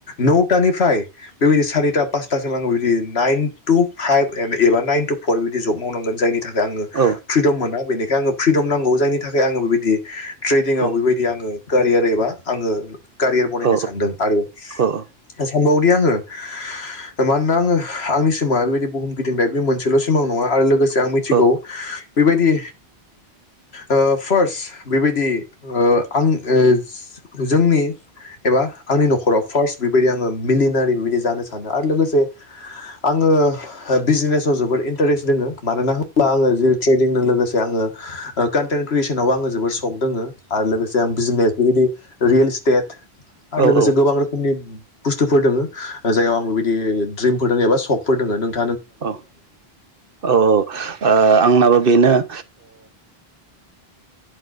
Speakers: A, on the left; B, on the right.
A: न' तानिफ्राय बेबायदि सारिता पासतासिम आं बि नाइन टु फाइभ एबा नाइन टु फर जब मावनांगोन जायनि थाखाय आङो
B: औ
A: फ्रिदम मोना बेनिखायनो आंनो फ्रिदम नांगौ जायनि थाखाय आङो बेबायदि ट्रेदिंआव
B: औ
A: बेबायदि आङो कारियार एबा आङो कारियार बनायनो
B: औ
A: सानदों आरो <unintelligible>
B: औ
A: <unintelligible> आङो मानोना आङो आंनि सिमाङा बेबायदि बुहुम गिदिंनाय बे मोनसेल' सिमां नङा आरो लोगोसे आं मिथिगौ
B: औ
A: बेबायदि ओ फार्स्ट बेबायदि ओ आं ओ जोंनि एबा आंनि न'खराव फार्स्ट बेबायदि आङो मिलिनारि बेबायदि जानो सानो आरो लोगोसे आङो बिजनेसाव जोबोद इन्टारेस्ट दोङो मानोना होमबा आङो जेरै ट्रेदिंजों लोगोसे आङो ओ कन्टेन्ट क्रियेसनावबो आङो जोबोर सक दङो। आरो लोगोसे आं बिजिनेस बेबायदि रियेल इस्टेट आरो
B: औ
A: लोगोसे
B: औ
A: गोबां रोखोमनि बस्थुफोर दङो जाययाव आं बेबायदि द्रिमफोर दङ एबा सशकफोर दङो नोंथां
B: औ औ औ आंनाबो बेनो। <inaudible>